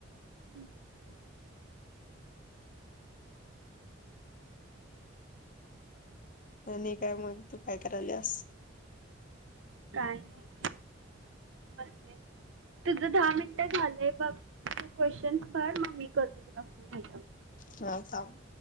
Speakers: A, on the right; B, on the left.
A: हम्म.
B: आणि काय? मग तू काय करायलीयास?
A: काय नाही -बसले. तुझं दहा मिनिटं झालंय बघ. तू क्वेश्चन् कर मग मी करतो तुला फोन. <unintelligible>
B: हा थांब.